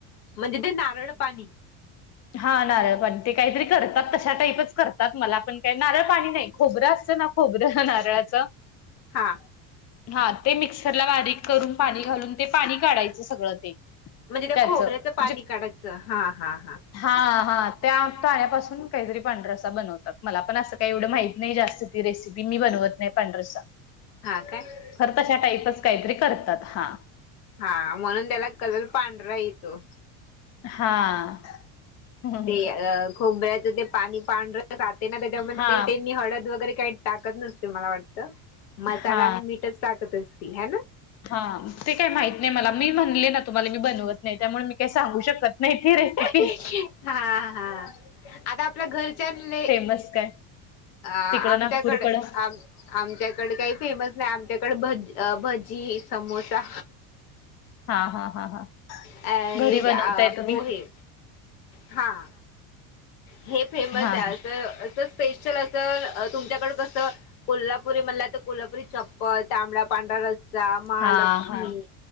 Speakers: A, on the left (about 80°); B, on the left (about 35°).
A: म्हणजे ते नारळ पाणी.
B: हा नारळ पण ते काहीतरी करतात तशा टाईपच करतात मला पण का नारळ पाणी नाही खोबरं असतं ना खोबरं नारळाच
A: हा.
B: हा ते मिक्सरला बारीक करून पाणी घालून ते पाणी काढायचं सगळं ते.
A: म्हणजे त्या
B: त्याचं
A: खोबऱ्याचं
B: म्हणजे
A: पाणी काढायचं हा, हा, हा.
B: हा, हा त्या आण्यापासून काहीतरी पांढरसा बनवतात मला पण असं काही एवढ माहत नाही जास्त ती रेसिपी मी बनवत नाही पांढरसा.
A: हा काय.
B: खरं तशा टाईपच काहीतरी करतात हा.
A: हा म्हणून त्याला कलर पांढरा येतो.
B: हा.. हम्म.
A: ते खोबऱ्याचं ते पाणी पांढरं जाते ना त्याच्यामध्ये
B: हा
A: त्यांनी हळद वगैरे काही टाकत नसते मला वाटत मसाला
B: हा
A: आणि मीठच टाकत असते हाय ना?
B: हा ते काय माहित नाही मला मी म्हणले ना तुम्हाला मी बनवत नाही त्यामुळे मी काही सांगू शकत नाही ती रेसिपी.
A: हा, हा आता आपल्या घरच्यानले
B: बस काय.
A: अ
B: तिकडं
A: आमच्याकडे
B: नागपूरकडं
A: आम आमच्याकडे काही फेमस नाही आमच्याकडे भजी, भजी, समोसा
B: हा हा हा हा
A: अ हे
B: घरी बनवताय
A: अ
B: तुम्ही
A: पोहे. हा, हे फेमस
B: हा
A: आहे अस, अस स्पेशल तुमच्याकड कस कोल्हापुरी म्हणला तर कोल्हापुरी चप्पल तांबडा पांढरा रसा महालक्ष्मी
B: हा हा